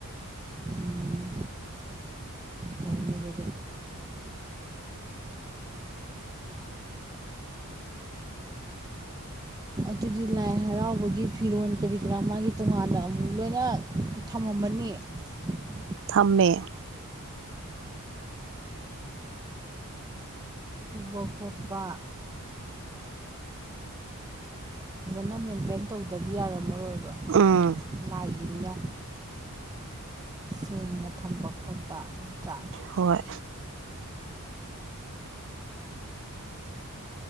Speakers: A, on the right; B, on the right.
A: ꯎꯝ ꯐꯩꯅꯦ ꯑꯗꯨꯗꯤ ꯑꯗꯨꯗꯤ ꯂꯥꯏ ꯍꯔꯥꯎꯕꯒꯤ ꯐꯤꯔꯣꯜ ꯀꯔꯤ ꯀꯔꯥ ꯃꯥꯒꯤ ꯇꯣꯉꯥꯟꯅ ꯑꯃꯨꯛ ꯂꯣꯏꯅ ꯊꯝꯃꯝꯃꯅꯤ <unintelligible>
B: ꯊꯝꯃꯦ
A: ꯄꯈꯠꯄ ꯐꯖꯅ ꯃꯦꯟꯇꯦꯟ ꯇꯧꯗ꯭ꯔꯗꯤ ꯌꯥꯔꯝꯃꯔꯣꯏꯕ
B: ꯎꯝ
A: ꯂꯥꯏꯒꯤꯅꯤꯅ ꯁꯦꯡꯅ ꯊꯝꯕ ꯈꯣꯠꯄ ꯅꯠꯇ꯭ꯔꯥ
B: ꯍꯣꯏ